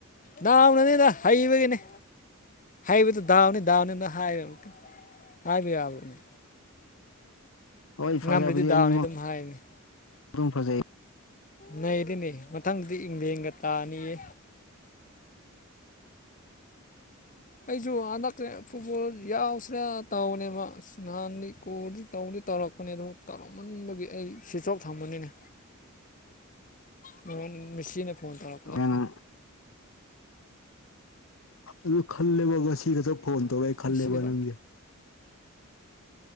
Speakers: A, on the left (about 40°); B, on the left (about 70°).
A: ꯗꯥꯎꯅꯅꯤꯗ ꯍꯩꯕꯒꯤꯅꯦ ꯍꯩꯕꯗꯨ ꯗꯥꯎꯅꯤ ꯗꯥꯎꯅꯤꯗ ꯍꯥꯏꯌꯨ ꯍꯥꯏꯕ ꯌꯥꯕꯅꯦ
B: ꯍꯣꯏ
A: ꯉꯝꯃꯗꯤ
B: ꯐꯖꯕꯗꯤ
A: ꯗꯥꯎꯅꯤ
B: ꯑꯅꯤꯃꯛ
A: ꯑꯗꯨꯝ ꯍꯥꯏꯕꯅꯦ
B: ꯑꯗꯨꯝ ꯐꯖꯩ
A: ꯅꯩꯗꯤ ꯅꯩ ꯃꯊꯪꯗꯤ ꯏꯪꯂꯦꯟꯒ ꯇꯥꯅꯤꯌꯦ ꯑꯩꯁꯨ ꯍꯟꯗꯛ ꯐꯨꯠꯕꯣꯜ ꯌꯥꯎꯁꯤꯔꯥ ꯇꯧꯕꯅꯦꯕ ꯅꯥꯍꯟꯗꯤ ꯀ꯭ꯥꯜꯗꯤ ꯇꯧꯗꯤ ꯇꯧꯔꯛꯄꯅꯦ ꯑꯗꯨ ꯇꯧꯔꯃꯦ ꯄꯨꯟꯕꯒꯤ ꯑꯩ ꯁ꯭ꯋꯤꯇꯆ ꯑꯣꯐ ꯊꯝꯕꯅꯤꯅꯦ ꯃꯃꯣꯟ ꯃꯤꯁꯤꯅ ꯐꯣꯟ ꯇꯔꯛ
B: ꯑꯩꯅꯥ ꯑꯗꯨ ꯈꯜꯂꯦꯕ ꯉꯁꯤ ꯈꯛꯇ ꯐꯣꯟ ꯇꯧꯔ ꯈꯜꯂꯦꯕ
A: ꯃꯦꯁꯤꯗ
B: ꯅꯪꯗꯤ